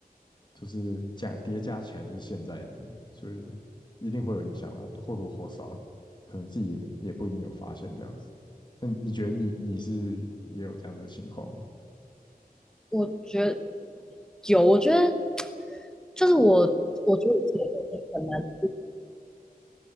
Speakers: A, on the left; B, in the centre.
A: 就是加叠加起来就是现在的你，所以一定会有影响啦，或多或少，可能自己也也不一定有发现这样子。那你你觉得你你是也有这样子的情况吗？
B: 我觉得有，我觉得就是我，我觉得我自己的个性很难，